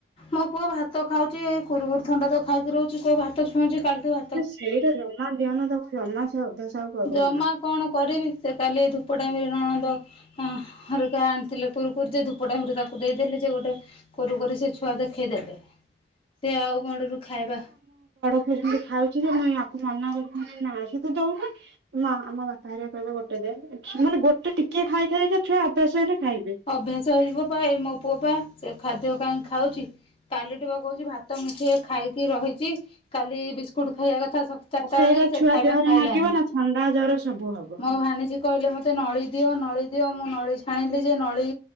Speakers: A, on the left; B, on the right.
A: ମୋ ପୁଅ ଭାତ ଖାଉଛି ଏଇ କୁରୁକୁଡି ଥଣ୍ଡା ତ ଖାଇକି ରହୁଛି କୋଉ ଭା ତ ଛୁଉଁଛି କାଲି ଠୁ
B: ସେଇରା ଜମା ଦିଅନା ତାକୁ ଜମା ସେ ଅଭ୍ୟାସ ଆଉ କରନା
A: ଜମା କଣ କରିବି ସେ କାଲି ଧୂପ ଟାଇମରେ ନଣନ୍ଦ ହରିକା ଆଣିଥିଲେ କୁରୁକୁରି ଯେ ଧୂ ଧୂପ ଟାଇମରେ ତାକୁ ଦେଇଦେଲି ଯେ ଗୋଟେ କୁରୁକୁରି ସେ ଛୁଆ ଦେଖେଇ ଦେଲେ ସେ ଆଉ ମୁଳୁରୁ ଖାଇବା
B: ସିଏ ସେମିତି ଖାଉଛି ଯେ ମୁଁ ଆକୁ ମନା କରୁଚି ନା ସେ ତ ଦଉନି। ନା ଆମ ବାପା ହାରିଆ କହିବେ ଗୋଟେ ଦେ ମାନେ ଗୋଟେ ଟିକେ ଟିକେ ଖାଇ ଖାଇ ଛୁଆ ଅଭ୍ୟାସ ହେଲେ ଖାଇବେ
A: ଅଭ୍ୟାସ ହେଇଯିବ ପା ଏ ମୋ ପୁଅ ପା ସେ ଖାଦ୍ୟ କାହିଁ ଖାଉଛି? କାଲି ଠୁ ବା କହୁଛି ଭାତ ମୁଠିଏ ଖାଇକି ରହିଛି କାଲି ବିସ୍କୁଟ ଖାଇବା କଥା ସ ଚାରଟା
B: ସେଇଟା
A: ବେଳେ ସେ
B: ଛୁଆ
A: ଖାଇବା
B: ଦେହରେ
A: ଖାଇଲାଣିି
B: ଲାଗିବ ନା ଥଣ୍ଡା ଜର ସବୁ ହବ
A: ମୋ ଭାଣୀଜୀ କହିଲେ ମୋତେ ନଳି ଦିଅ ନଳି ଦିଅ ମୁଁ ନଳି ଛାଣିଲି ଯେ ନଳି